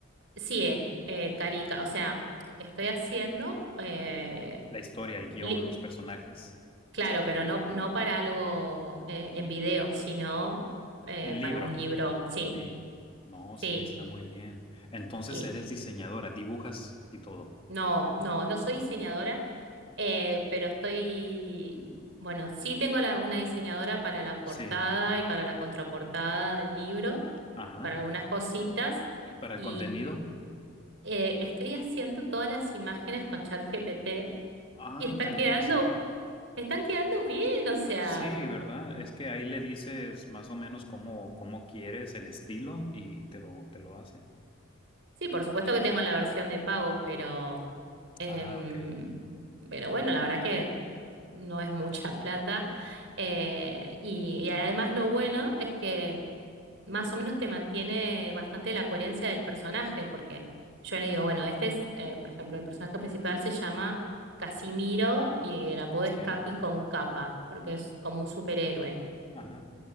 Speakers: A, on the right; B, on the left.
A: Sí, eh, eh, Carica, o sea, estoy haciendo eh,
B: la historia, el guión,
A: li-
B: los personajes,
A: Claro, pero no, no para algo eh, en video, sino eh,
B: en libro.
A: para un libro. Sí,
B: Sí, no,
A: sí.
B: sí, está muy bien. Entonces
A: Y
B: eres diseñadora, dibujas y todo.
A: no, no, no soy diseñadora, eh, pero estoy, bueno, sí tengo la- una diseñadora para la
B: Sí,
A: portada y para la contraportada del libro
B: ajá.
A: y para algunas cositas.
B: ¿Y para el
A: Y
B: contenido?
A: eh, estoy haciendo todas las imágenes con ChatGPT
B: Ándale,
A: y está quedando,
B: no, sí.
A: están quedando bien, o sea.
B: Sí, ¿verdad? Es que ahí le dices más o menos cómo, cómo quieres el estilo y te lo, te lo hace.
A: Sí, por supuesto que tengo la versión de pago, pero, em,
B: Ah, ok.
A: pero bueno, la verdad que no es mucha <laughs> plata. Eh, y, y además lo bueno es que más o menos te mantiene bastante la coherencia del personaje, porque yo le digo, bueno, este es, eh, por ejemplo, el personaje principal se llama Casimiro y el apodo es
B: Sí.
A: Capi con capa, porque es como un superhéroe, un,
B: Ajá.